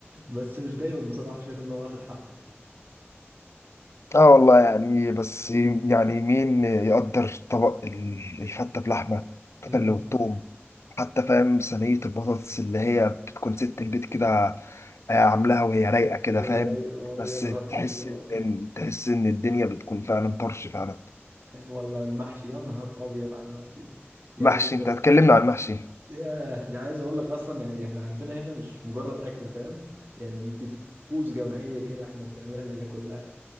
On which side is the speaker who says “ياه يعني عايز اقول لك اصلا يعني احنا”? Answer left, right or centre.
Right